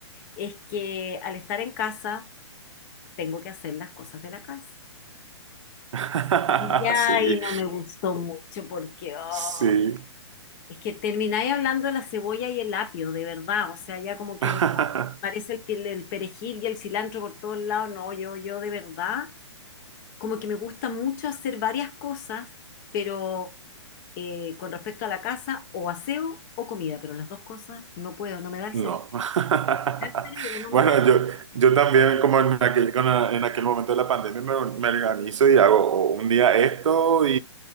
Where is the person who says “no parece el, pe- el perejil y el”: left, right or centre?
Left